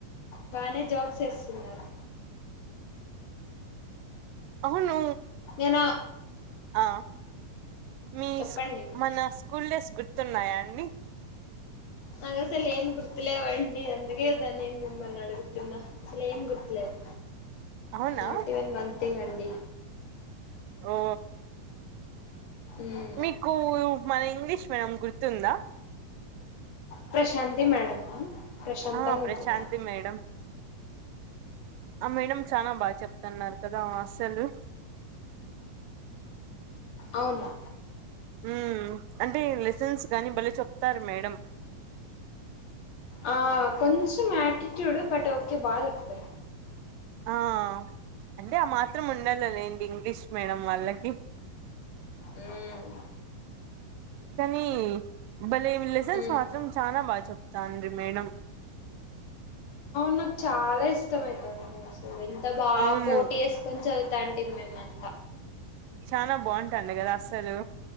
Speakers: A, on the left (about 60°); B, on the right (about 80°).
A: బానే జోక్స్ ఏసున్నారు.
B: అవును
A: నేను
B: ఆ మీస్క్
A: చెప్పండి
B: మన స్కూల్ డేస్ గుర్ తున్నాయండి.
A: నాగ్ అసలు ఏం గుర్తులే వండి. అందుగే దానేం మిమ్మల్ని అడుగుతున్న అసలు ఏం గుర్తులేవ్.
B: అవునా
A: నార్టీ వేన్ మన్ తింగ్ అండి.
B: ఓ
A: మ్మ్
B: మీకు మన ఇంగ్లీష్ మేడం గుర్తుందా.
A: ప్రశాంతి మేడమా ప్రశాంతాంగా
B: ఆ ప్రశాంతి
A: ఉంటుంది.
B: మేడం ఆ మేడం చానా బాగా చెప్తున్నారు కదా అసలు
A: అవునా
B: ఉహు్ అంటే లెసన్స్ కానీ భలే చెప్తారు మేడం.
A: ఆ కొంచెం ఆటిట్యూడ్ బట్ ఓకే బాగా ఏప్తార్.
B: ఆ అంటే ఆ మాత్రం ఉండాలా లేండి. ఇంగ్లీష్ మేడం వాళ్ళకి.
A: ఉమ్
B: కానీ భలేమి లెసన్స్
A: మ్మ్
B: మాత్రం చనా బా చెప్తాంది మేడం.
A: నాక్ చాలా ఇష్టమైతుండే అసలు ఎంత బా
B: అవును
A: పోటీ ఏసుకొని చదువ్ తాంటి మేమెంత
B: చనా బావుంటాంది గదా అస్సలు